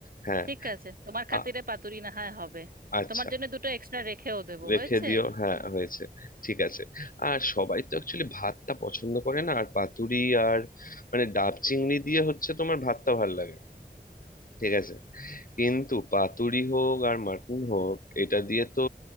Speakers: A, on the left (about 55°); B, on the right (about 60°).
A: হ্যাঁ
B: ঠিক আছে তোমার খাতিরে
A: আ-
B: পাতুরি না হয় হবে
A: আচ্ছা
B: তোমার জন্য দুটো এক্সট্রা রেখেও দেবো
A: রেখে
B: হয়েছে
A: দিও হ্যাঁ হয়েছে ঠিক আছে আর সবাই তো অ্যাকচুয়ালি ভাতটা পছন্দ করে না আর পাতুরি আর মানে ডাব চিংড়ি দিয়ে হচ্ছে তোমার ভাতটা ভালো লাগে না। ঠিক আছে কিন্তু পাতুরি হোক আর মাটন হোক এটা দিয়ে তো